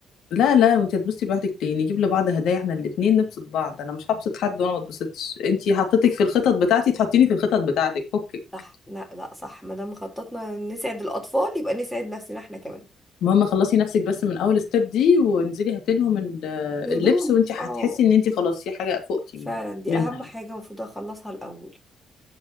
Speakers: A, on the left (about 80°); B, in the centre.
A: لا لا انت هتبصي لوحدك ليه نجيب لبعض هدايا احنا الاتنين نبسط بعض انا مش هبسط حد وانا ما اتبسطش انت حطيتك في الخطط بتاعتي تحطيني في الخطط بتاعتك فكك
B: صح لا لا صح ما دام خططنا نسعد الأطفال يبقى نسعد نفسنا احنا كمان
A: المهم خلصي نفسك بس من اول ستيب دي وانزلي هاتلهم ال-
B: الهدوم
A: اللبس وانت هتحسي
B: اه
A: ان انت خلاص في حاجه فوقتي
B: فعلا
A: من-
B: دي
A: منها
B: أهم
A: يعني
B: حاجة المفروض أخلصها الأول